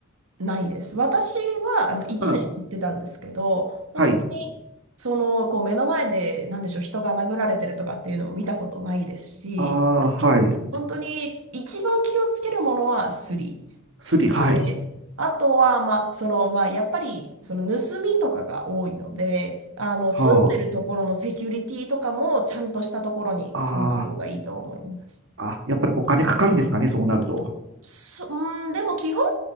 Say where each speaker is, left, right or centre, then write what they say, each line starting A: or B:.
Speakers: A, on the right (about 85°); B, on the right (about 60°).
A: ないです。私はあの1年行ってたんですけど、
B: うん。はい。
A: 本当にそのこう目の前で何でしょう、人が殴られてるとかっていうのも見たことないですし、
B: ああ、はい。
A: 本当に一番気をつけるものはスリ
B: スリ、はい。
A: で、あとは、まあそのまあ、やっぱりその盗みとかが多いので、あの住んでるところのセキュリティとかもちゃんとしたところに住んだ方がいいと思います。
B: はあ。ああ、あ、やっぱりお金かかるんですかね、そうなると。
A: そ、うん、でも基本